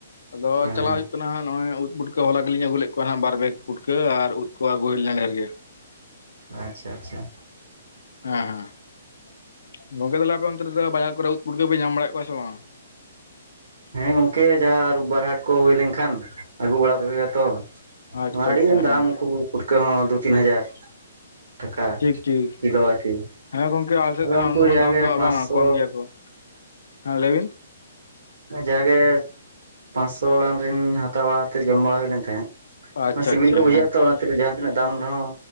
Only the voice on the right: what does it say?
ᱦᱮᱸ
ᱦᱮᱸ
ᱟᱪᱪᱷᱟ ᱟᱪᱪᱷᱟ᱾
ᱦᱮᱸ ᱜᱚᱝᱠᱮ ᱡᱟᱦᱟᱸ ᱨᱳᱵ ᱵᱟᱨ ᱦᱟᱴ ᱠᱚ ᱦᱩᱭ ᱞᱮᱝᱠᱷᱟᱱ ᱟᱹᱜᱩ ᱵᱟᱲᱟ ᱠᱚᱜᱮᱭᱟ ᱛᱚ᱾
ᱟᱹᱰᱤᱜᱟᱱ
ᱫᱟᱢ
ᱩᱝᱠᱩ ᱯᱩᱴᱠᱟᱹ ᱦᱚᱸ ᱫᱩ ᱛᱤᱱ ᱦᱟᱡᱟᱨ᱾ ᱴᱟᱠᱟ
ᱠᱤᱞᱳ ᱟᱨᱠᱤ
ᱟᱫᱚ
ᱩᱱᱠᱩ
ᱡᱟᱜᱮ
ᱯᱟᱸᱥᱥᱚ
ᱡᱟᱜᱮ ᱯᱟᱸᱥᱥᱚ ᱜᱟᱱ ᱨᱮᱱ ᱦᱟᱛᱟᱣ ᱵᱟᱲᱟᱛᱮᱜ ᱡᱚᱢ ᱵᱟᱲᱟ ᱦᱩᱭ ᱞᱮᱱ ᱛᱟᱦᱮᱸᱫ᱾
ᱥᱤᱵᱤᱞ
ᱠᱚ ᱵᱩᱡᱷᱟᱹᱜᱼᱟ
ᱛᱚ ᱚᱱᱟᱛᱤᱨ ᱡᱟᱦᱟᱸ ᱛᱤᱱᱟᱹᱜ ᱫᱟᱢ ᱨᱮᱦᱚᱸ